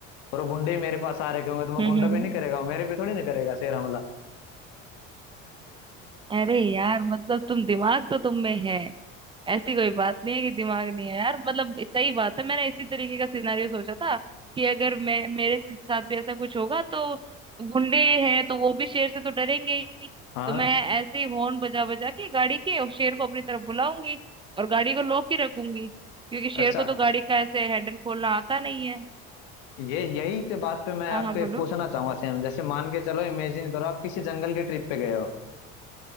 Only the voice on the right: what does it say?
हम्म
हम्म
हम्म।
अरे यार मतलब तुम दिमाग तो तुम में है ऐसी कोई बात नहीं है कि दिमाग नहीं है यार मतलब सही बात है मैंने इसी तरीके का सिनारियो सोचा था कि अगर मैं मेरे साथ भी ऐसा कुछ होगा तो गुंडे हैं तो वो भी शेर से तो डरेंगे ही
तो मैं ऐसे ही हॉर्न बजा बजा के गाड़ी के और शेर को अपनी तरफ बुलाऊंगी और गाड़ी को लॉक ही रखूंगी क्योंकि शेर
को तो गाड़ी का ऐसे हैंडल खोलना आता नहीं है
हाँ
हाँ बोलो